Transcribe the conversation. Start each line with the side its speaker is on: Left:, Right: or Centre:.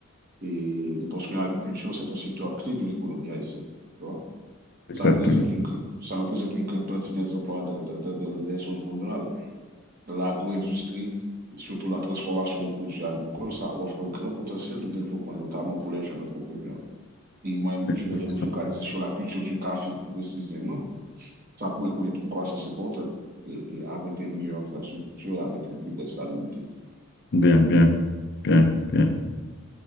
Right: Et parce que l'agriculture, c'est un secteur clé de l'économie haïtienne. Tu vois?
Left: Exactement.
Right: Ça représente une, grande- ça représente une grande partie des emplois de, de, de- de- des zones rurales, de l'agro-industrie, surtout la transformation des produits agricoles, ça offre un grand potentiel de développement, notamment pour les jeunes entrepreneurs. Et moi,
Left: Intéressant.
Right: je vais me focaliser sur la culture du café plus précisément ça pourrait connaître une croissance importante et, et avec des meilleures infrastructures, avec une plus grande stabilité.
Left: Bien, bien, bien, bien.